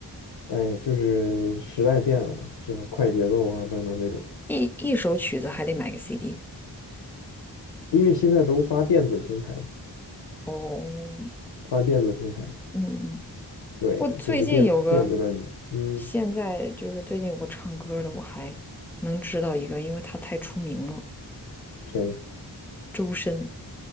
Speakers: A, on the left; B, in the centre.
A: 哎，就是时代变了嘛，是吧？快节奏啊等等这种，
B: 一一首曲子还得买个 CD
A: 因为现在都发电子平台嘛，
B: 哦，
A: 发电子平台。
B: 嗯，
A: 对，
B: 我最近有个，
A: 就是电电子专辑，嗯，
B: 现在就是最近有个唱歌的，我还能知道一个，因为他太出名了，
A: 谁？
B: 周深。